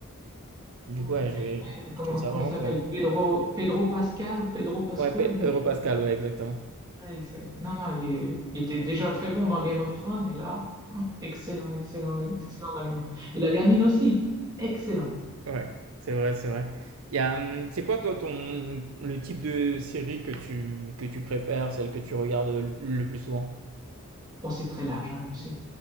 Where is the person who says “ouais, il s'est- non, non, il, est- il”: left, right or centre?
Right